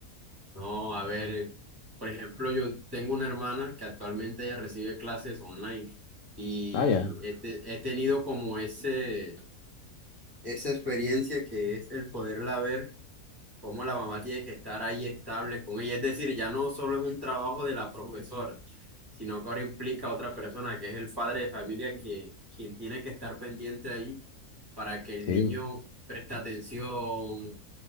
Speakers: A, on the right; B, on the left.
A: No, a ver, por ejemplo, yo tengo una hermana que actualmente ella recibe clases online y
B: Ah, ya,
A: he, te- he tenido como ese, esa experiencia que es el poderla ver cómo la mamá tiene que estar ahí estable con ella. Es decir, ya no solo es un trabajo de la profesora, sino que ahora implica a otra persona que es el padre de familia que, quien tiene que estar pendiente ahí para que el
B: sí,
A: niño preste atención.